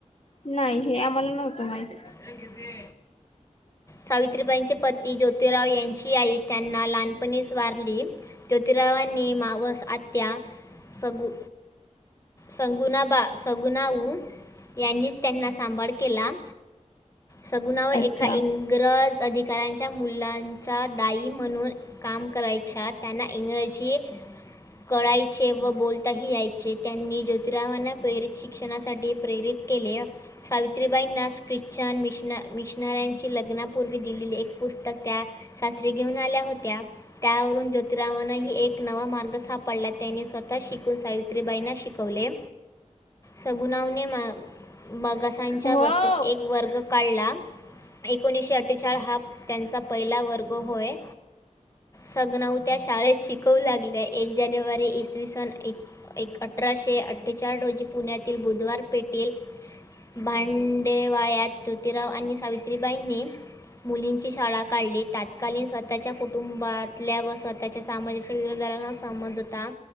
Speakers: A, on the left; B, on the left.
A: नाही हे आम्हाला नव्हतं माहित
B: गदी. सावित्रीबाईंचे पती ज्योतिराव यांची आई त्यांना लहानपणीच वारली ज्योतिरावांनी मावस आत्या सगु संगुणाबा सगुणाऊ यांनीच त्यांना सांभाळ केला सगुणाव एका
A: अच्छा
B: इंग्रज अधिकाऱ्यांच्या मुलांचा दाई म्हणून काम करायच्या त्यांना इंग्रजी कळायचे व बोलताही याय चे त्यांनी ज्योतिरावांना प्रेरित शिक्षणासाठी प्रेरित केले सावित्रीबाईंनास ख्रिश्चन मिशन मिशनाऱ्यांची लग्नापूर्वी दिलेली एक पुस्तक त्या सासरी घेऊन आल्या होत्या त्यावरून जो तरावान ह एक नवा मार्ग सापडला त्यांनी स्वतः शिकून सावित्रीबाईंना शिकवले सगुणावने मा मगासांच्या
A: हो
B: वस्तीत एक वर्ग काढला एकोणीसशे अठ्ठेचाळी हा त्यांचा पहिला वर्ग होय सगनाऊ त्या शाळेत शिकवू लागल्या एक जानेवारी इसवी सन एक अठराशे अठ्ठेचाळी रोजी पुण्यातील बुधवार पेटेल भांडेवाळ्यात ज्योतिराव आणि सावित् त्रि बाईंनी मुलींची शाळा काढली तातकालीन स्वतःच्या कुटुंबातल्या व स्वतःच्या सामाजिकारांना समजता